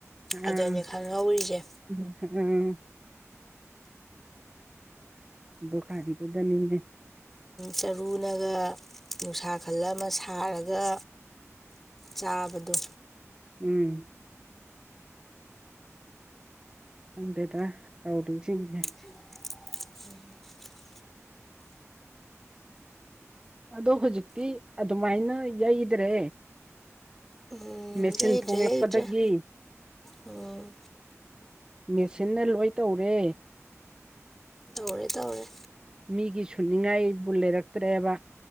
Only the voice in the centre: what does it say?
ꯑꯗꯅꯦ ꯈꯪꯍꯧꯔꯤꯁꯦ
ꯆꯔꯨꯅꯒ ꯅꯨꯡꯁꯥ ꯈꯜ ꯑꯃ ꯁꯥꯔꯒ ꯆꯥꯕꯗꯣ
<unintelligible> <unintelligible>
ꯎꯝ
ꯌꯩꯗ꯭ꯔꯦ
ꯌꯩꯗ꯭ꯔꯦ ꯎꯝ
ꯇꯧꯔꯦ ꯇꯧꯔꯦ